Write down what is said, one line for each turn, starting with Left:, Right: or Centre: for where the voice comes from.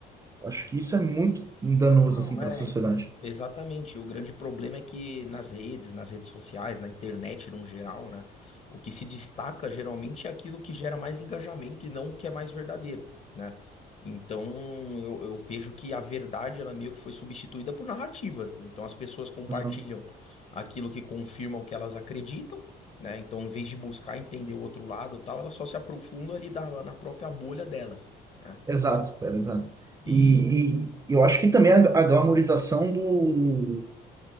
Right: Eu acho que isso é muito danoso
Left: Não,
Right: assim para
Left: é,
Right: a sociedade.
Left: então, exatamente. O grande problema é que nas redes, nas redes sociais, na internet no geral, né? O que se destaca geralmente é aquilo que gera mais engajamento e não o que é mais verdadeiro, né? Então, eu, eu vejo que a verdade, ela meio que foi substituída por narrativas, né? Então, as pessoas compartilham
Right: Exato,
Left: aquilo que confirma o que elas acreditam, né? Então, em vez de buscar entender o outro lado, e tal, elas só se aprofundam ali da- na própria bolha delas, né?
Right: exato, cara, exato.
Left: E,
Right: E, e eu acho que também a, a glamorização do,